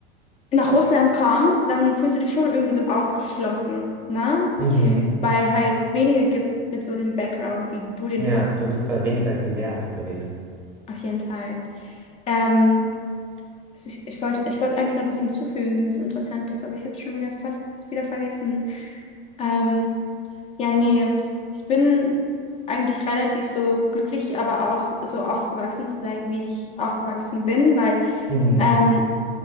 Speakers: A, on the left (about 20°); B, in the centre.
A: nach Russland kommst, dann fühlst du dich schon irgendwie so ausgeschlossen, ne?
B: Mhm.
A: Weil halt es wenige gibt mit so einem Background, wie du den
B: Ja,
A: hast.
B: du bist da weniger divers unterwegs.
A: Auf jeden Fall. Ähm, Also ich, ich wollte, ich wollte eigentlich noch was hinzufügen, was Interessantes, aber ich habe es schon wieder fast wieder vergessen. Ähm, ja, nee, ich bin eigentlich relativ so glücklich, aber auch so aufgewachsen zu sein, wie ich aufgewachsen bin, weil
B: Mhm.
A: ähm,